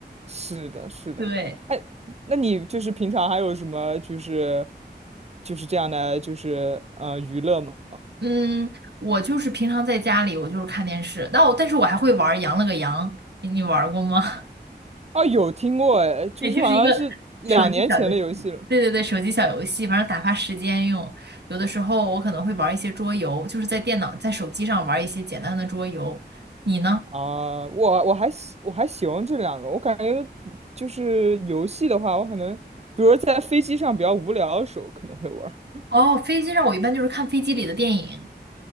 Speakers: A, on the right; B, on the right.
A: 是的，是的。
B: 对，
A: 哎，那你就是平常还有什么就是就是这样的就是呃娱乐吗？
B: 嗯，我就是平常在家里，我就是看电视，那我但是我还会玩儿羊了个羊》，你你玩儿过吗？
A: 哦，有听过哎，就是好像是两年前的游戏了。
B: 对，就是一个手机小游戏。对对对，手机小游戏，反正打发时间用。有的时候我可能会玩一些桌游，就是在电脑、在手机上玩一些简单的桌游。你呢？
A: 啊，我我还喜我还喜欢这两个，我感觉就是游戏的话，我可能比如说在飞机上比较无聊的时候可能会玩儿。
B: 哦，飞机上我一般就是看飞机里的电影。